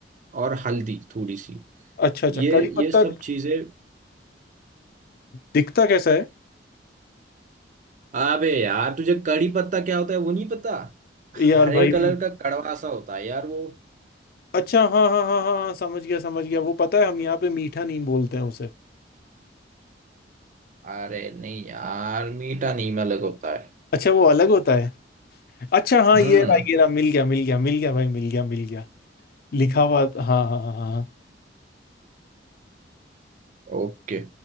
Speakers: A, on the right; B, on the left.
A: और हल्दी थोड़ी सी
B: अच्छा अच्छा
A: ये
B: कड़ी पत्ता
A: ये सब चीजें
B: दिखता कैसा है
A: अबे यार तुझे कड़ी पत्ता क्या होता है वो नहीं पता हरे
B: यार भाई मैं-
A: कलर का कड़वा सा होता है यार वो
B: अच्छा हाँ हाँ हाँ हाँ हाँ समझ गया समझ गया वो पता है हम यहाँ पे मीठा नीम बोलते हैं उसे
A: अरे नहीं यार मीठा नीम अलग होता है
B: अच्छा वो अलग होता है अच्छा हाँ
A: हम्म
B: ये रहा ये रहा मिल गया मिल गया मिल गया भाई मिल गया मिल गया लिखा हुआ हाँ हाँ हाँ हाँ हाँ।
A: ओके